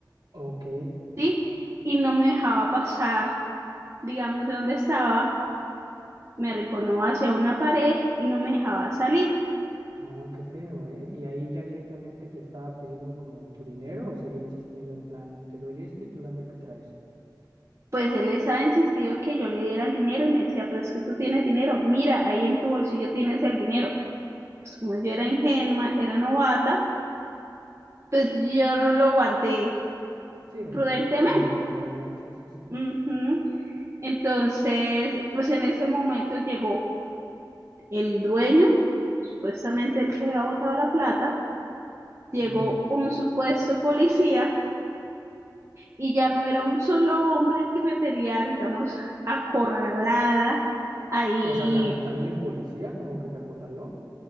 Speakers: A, on the right; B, on the right.
A: Ok.
B: ¿sí? Y no me dejaba pasar, digamos, de donde estaba, me arrinconó hacia una pared y no me dejaba salir.
A: No, qué feo, ¿eh? Y ahí ya directamente te estaba pidiendo como tu dinero o seguía insistiendo en plan, te doy este y tú dame el que traes.
B: Pues él les ha insistido que yo le diera el dinero y me decía, pero es que tú tienes dinero, mira, ahí en tu bolsillo tienes el dinero. Pues como yo era ingenua, era novata, pues yo no lo guardé
A: Sí, de,
B: prudentemente.
A: de una mejor manera, sí, sí, sí.
B: Ujú. Entonces, pues en ese momento llegó el dueño, supuestamente el que había botado la plata, llegó
A: Ujú.
B: un supuesto policía y ya no era un solo hombre el que me tenía, digamos, acorralada ahí.
A: O sea, tam- también el policía como que te acorraló.